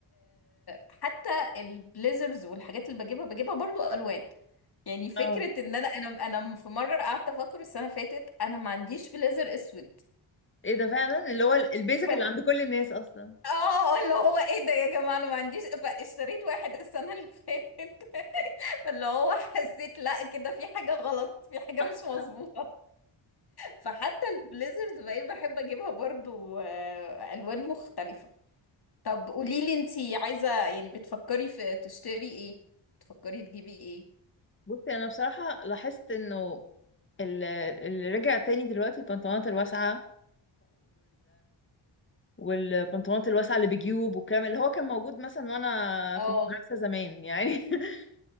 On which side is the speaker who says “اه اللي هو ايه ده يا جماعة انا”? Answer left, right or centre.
Left